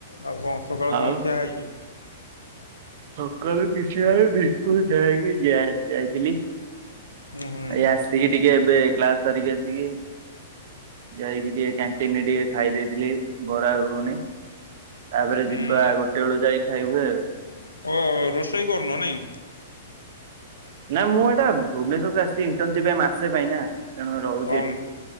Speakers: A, on the left; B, on the right.
A: ଆଉ କଣ ସକାଳୁ
B: ଆଉ
A: କଣ ଖିଆ ହେଇଛି?
B: ସକାଳୁ କିଛି ଆ <unintelligible> ଯାଇକି ଯାଇଥିଲି।
A: ହୁଁ ହୁଁ
B: ଏଇ ଆସିକି ଟିକେ ଏବେ କ୍ଲାସ ସାରିକି ଆସିକି ଯାଇକି ଟିକେ କ୍ୟାଣ୍ଟିନରେ ଟିକେ ଖାଇ ଦେଇଥିଲି। ବରା ଗୁଗୁନି ତାପରେ
A: ହୁଁ
B: ଯିବା ଗୋଟେ ବେଳୁ ଯାଇ ଖାଇବୁ ଆଉ।
A: ଓ ରୋଷେଇ କରୁନ ନାଇଁ?
B: ନା ମୁଁ ଏଇଟା ଭୁବନେଶ୍ୱରକୁ ଆସିଛି ଇଣ୍ଟର୍ନସିପ ଆସିଚି ମାସେ ପାଇଁ ନା। ତେଣୁ ରହୁଛି
A: ଓମ୍
B: ଏଠି